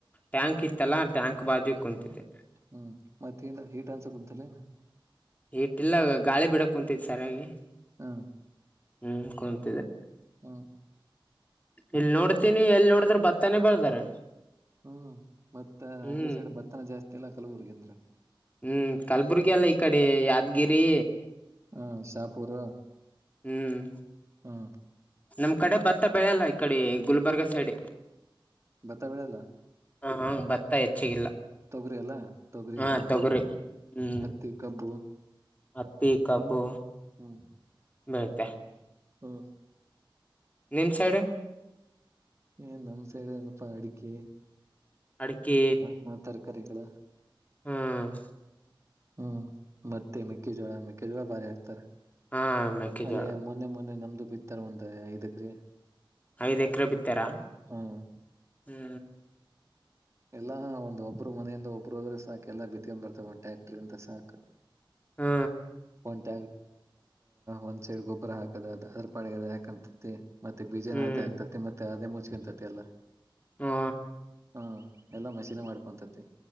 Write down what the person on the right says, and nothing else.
ಹ್ಮ್ ಮತ್ತ್ ಹಿಂಡ್ ಹೀಟ್ ಅನ್ಸಾಕುಂತಿಲ್ಲೇನ.
ಹಾ.
ಹ್ಮ್.
ಹ್ಮ್ ಮತ್ತ
ಆಕ್ಡಿ ಸೈಡ್ ಬತ್ತನ ಜಾಸ್ತಿ ಇಲ್ಲಾ ಕಲಬುರ್ಗ ಅಂದ್ರ.
ಹ್ಮ ಶಾಪೂರ.
ಹಾ.
ಭತ್ತಾ ಬೆಳೆಲ್ಲ.
ತೊಗರಿ ಅಲ್ಲ ತೊಗರಿ
ಹತ್ತಿ
ಹತ್ತಿ ಕಬ್ಬು.
ಹ್ಮ್.
ಹ್ಮ.
ಏ ನಮ್ ಸೈಡ್ ಎನಪ್ಪ ಅಡಿಕೆ.
ಹ್ಮ ತರ್ಕಾರಿಗಳ.
ಹ್ಮ್ ಮತ್ತೆ ಮೆಕ್ಕೆಜೋಳ, ಮೆಕ್ಕೆಜೋಳ ಭಾರಿ ಆಕ್ತಾರ.
ಅಲ್ಲೇ ಮೊನ್ನೆ ಮೊನ್ನೆ ನಮ್ದು ಬಿತ್ತಾರ ಒಂದು ಐದೆಕ್ರೆ.
ಹ್ಮ್
ಎಲ್ಲಾ ಒಂದ ಒಬ್ರು ಮನೆಯಿಂದ ಒಬ್ರುೋದ್ರರು ಸಾಕಕ್ ಎಲ್ಲ ಬಿತ್ಕೊಂಡ್ ಬರ್ತವ ಒಂದು ಟ್ರ್ಯಾಕ್ಟರ್ ಇಂದ ಸಾಕಕ್
ಒಂತ ಒಂದ್ ಸೈಡ್ ಗೊಬ್ಬರ ಹಾಕದ ಅ ಅದ್ರ ಪಾ ಅದ ಯಾಕಂತತಿ ಮತ್ತೆ ಬೀಜನ
ಅದೇ ಆಗ್ತೈತಿ ಮತ್ತೆ ಅದೇ ಮುಚ್ಕಂತತಿ ಎಲ್ಲಾ
ಹ್ಮ ಎಲ್ಲಾ ಮಶೀನ್ ಮಾಡ್ಕೊಂತತಿ